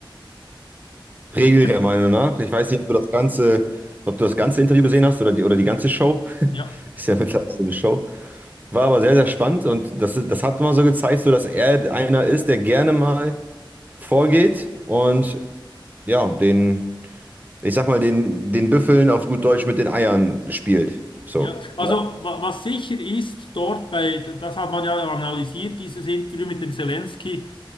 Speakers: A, on the right (about 20°); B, on the left (about 70°).
A: Regel
B: Ja,
A: der Meinung nach. Ich weiß nicht, ob du das ganze, ob du das ganze Interview gesehen hast oder die, oder die ganze Show. <laughs>
B: ja.
A: Ist ja mittlerweile so eine Show. War aber sehr, sehr spannend und das, ist- das hat immer so gezeigt, so dass er einer ist, der gerne mal vorgeht und ja, den, ich sag mal, den, den Büffeln auf gut Deutsch mit den Eiern spielt. So.
B: ja.
A: ne?
B: Also wa was sicher ist dort bei, das hat man ja analysiert, dieses Interview mit dem Zelensky,